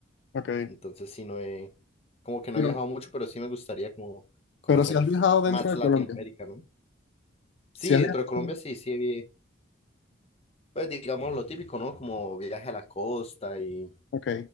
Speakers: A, on the left (about 65°); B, on the left (about 35°).
A: okay.
B: Entonces sí, no he, como que no
A: Pero,
B: he viajado mucho, pero sí me gustaría como conocer
A: pero si has viajado dentro
B: más
A: de
B: Latinoamérica,
A: Colombia,
B: ¿no? Sí,
A: si has
B: dentro
A: viajado,
B: de Colombia sí, sí, vi- pues digamos lo típico, ¿no? Como viaje a la costa y,
A: ok,